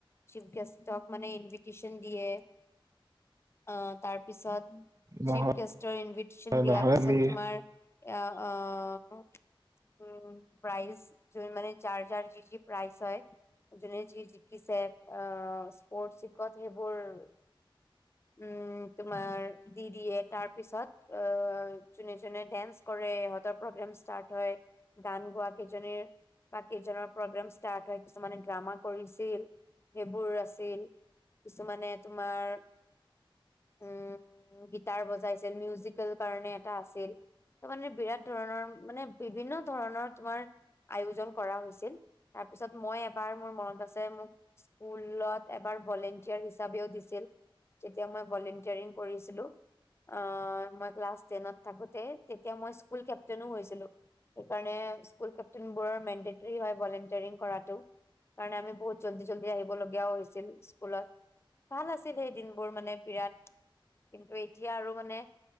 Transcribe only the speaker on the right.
নহয়
নহয়
আমি